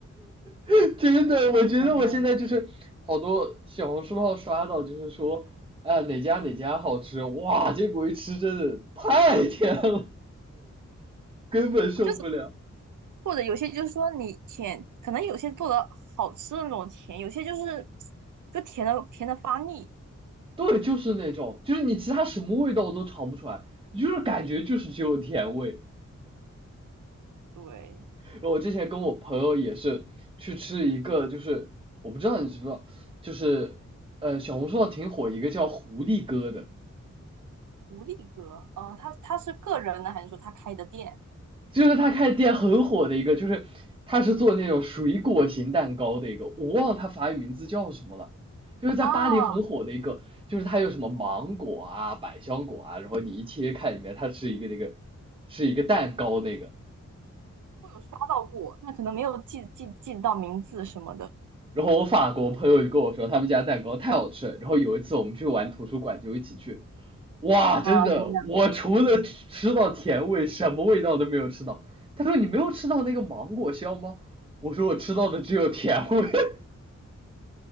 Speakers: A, on the right; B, on the right.
A: <laughs> 真的，
B: 天呐，
A: 我觉得我现在就是好多小红书上刷到，
B: 很方便。
A: 就是说，哎哪家哪家好吃，哇，结果一吃真的太甜了，根本受不了。
B: 就是。或者有些就是说你甜，可能有些做的好吃的那种甜，有些就是就甜的甜的发腻。
A: 对，就是那种，就是你其他什么味道都尝不出来，就是感觉就是只有甜味。
B: 对，
A: 然后我之前跟我朋友也是去吃一个，就是我不知道你知不知道，就是呃小红书上挺火一个叫狐狸哥的。
B: 无力哥，嗯，他他是个人的还是说他开的店
A: 就是他开的店很火的一个，就是他是做那种水果型蛋糕的一个，我忘了他法语名字叫什么了，就是在巴黎很火的一个，
B: 啊？
A: 就是他有什么芒果啊、百香果啊，然后你一切开里面它是一个那个是一个蛋糕那个，
B: 我有刷到过，那可能没有记记记得到名字什么的。
A: 然后我法国朋友也跟我说，他们家蛋糕太好吃了。然后有一次我们去玩图书馆，就一起去，哇，
B: 啊，
A: 真的，
B: 怎么样？
A: 我除了吃到甜味，什么味道都没有吃到。他说你没有吃到那个芒果香吗？我说我吃到的只有甜味。<laughs>